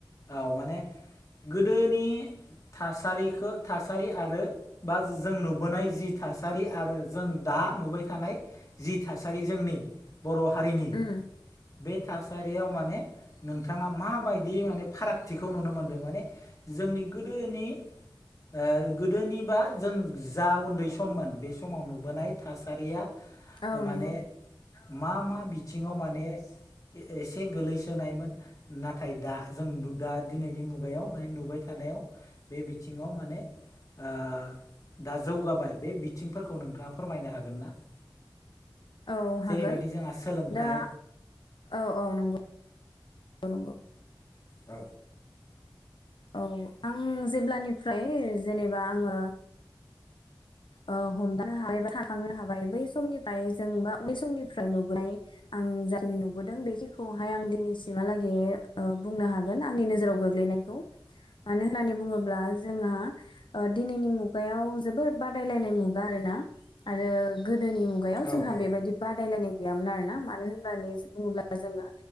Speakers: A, on the left; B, on the left.
A: औ माने गोदोनि थासारिखो थासारि आरो बा जों नुबोनाय जि थासारि आरो जों दा नुबाय थानाय जि थासारि जोंनि बर' हारिनि
B: उम
A: बे थासारियाव माने नोंथाङा माबायदि माने फारागथिखौ नुनो मोनदों माने जोंनि गोदोनि ओ गोदोनिबा जों जा उन्दै सममोन बे समाव नुबोनाय थासारिया
B: औ
A: माने
B: नंगौ
A: मा मा बिथिङाव माने ए एसे गोलैसोनायमोन। नाथाय दा जों दु दा दिनैनि मुगायाव माने नुबाय थानायाव बे बिथिङाव माने ओ दा जौगाबाय बे बिथिंफोरखौ नोंथाङा फोरमायनो हागोन ना? <unintelligible>
B: औ
A: जेरैबायदि
B: हागोन
A: जोंहा सोलोंथाइ
B: दा औ औ नंगौ नंगौ।
A: औ
B: औ आं जेब्लानिफ्राय जेनेबा आङो ओ हमदांनो हाबाय बा थाखांनो हाबाय बै समनिफ्राय जों बा बै समनिफ्राय नुबोनाय आं जाखिनि नुबोदों बेखिखौहाय आं दिनैसिमहालागै ओ बुंनो हागोन आंनि नोजोराव गोग्लैनाय। खौ मानो होननानै बुङोब्ला जोंहा ओ दिनैनि मुगायाव जोबोर बादायलायनाय मुगा आरोना आरो गोदोनि मुायाव
A: औ
B: जोंहा
A: औ
B: बेबायदि बादायलायनाय गैयामोन आरोना मानो होननानै बुङोब्ला जोङो